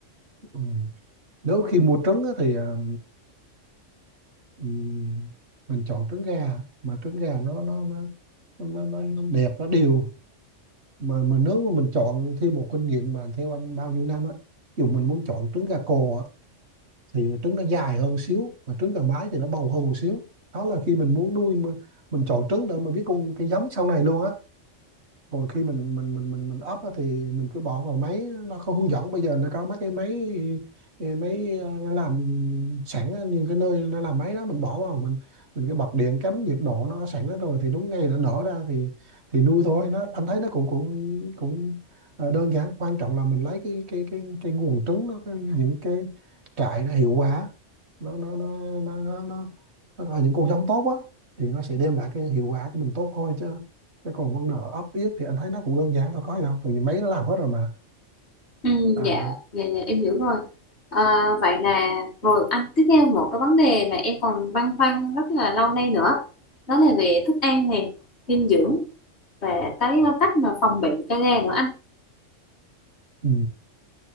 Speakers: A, on the right (about 60°); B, on the left (about 60°).
A: Ừ. Nếu khi mua trứng á, thì ờ, ừ, mình chọn trứng gà mà trứng gà nó nó nó nó, nó, nó đẹp nó đều mà mà nếu mà mình chọn thêm một kinh nghiệm mà theo anh bao nhiêu năm á dù mình muốn chọn trứng gà cò á, thì trứng nó dài hơn xíu mà trứng gà mái thì nó bầu hơn một xíu đó là khi mình muốn nuôi mình, mình chọn trứng để mà biết con cái giống sau này luôn á còn khi mình mình mình mình mình up á, thì mình cứ bỏ vào máy nó có hướng dẫn bây giờ nó có mấy cái máy ờ, máy ờ, nó làm sẵn á, những cái nơi nó làm máy đó mình bỏ vào mình mình cứ bật điện cắm nhiệt độ nó sẵn hết rồi thì đúng ngày nó nở ra thì thì nuôi thôi nó anh thấy nó cũng cũng cũng ờ, đơn giản quan trọng là mình lấy cái cái cái cái nguồn trứng nó cái- những cái trại nó hiệu quả nó nó nó nó nó, nó, nó, nó những con giống tốt á thì nó sẽ đem lại cái hiệu quả cho mình tốt thôi chứ Thế còn vấn đề ấp yết thì anh thấy nó cũng đơn giản thôi có gì đâu tại vì máy nó làm hết rồi mà
B: Ừ,
A: à,
B: dạ, dạ, dạ, em hiểu rồi. À, vậy là rồi anh tiếp theo một cái vấn đề mà em còn băn khoăn rất là lâu nay nữa. Đó là về thức ăn này dinh dưỡng và cái ờ, cách mà phòng bị cho gà nữa anh.
A: ừ,